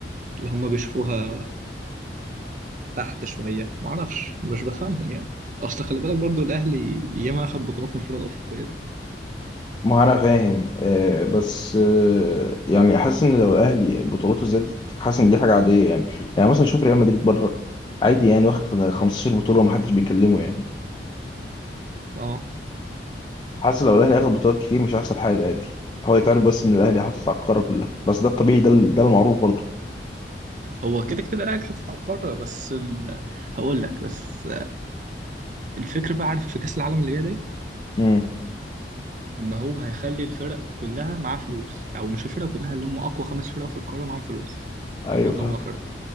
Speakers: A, on the right; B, on the left.
A: اللي هم بيشوفوها تحت شويه معرفش مش بفهمهم يعني اصل خلي بالك برضو الاهلي ياما اخد بطولات من الفرق الافريقيه
B: ما انا فاهم آه بس آه يعني حاسس ان لو الاهلي بطولاته زادت حاسس ان دي حاجه عاديه يعني يعني مثلا شوف ريال مدريد بره عادي يعني واخد 15 بطوله ومحدش بيكلمه يعني
A: اه
B: حاسس لو الاهلي اخد بطولات كتير مش هيحصل حاجه عادي هو يتعرف بس ان الاهلي حاطط على القاره كلها بس ده الطبيعي ده ال- ده المعروف برضه
A: هو كده كده الاهلي حاطط على القاره بس ال... هقول لك بس الفكره بقى عارف في كاس العالم اللي جاي ده إيه؟
B: امم
A: ان هو هيخلي الفرق كلها معاها فلوس او مش الفرق كلها اللي هم اقوى خمس فرق في القاره معاهم فلوس
B: ايوه
A: ولا
B: فاهم
A: اربع فرق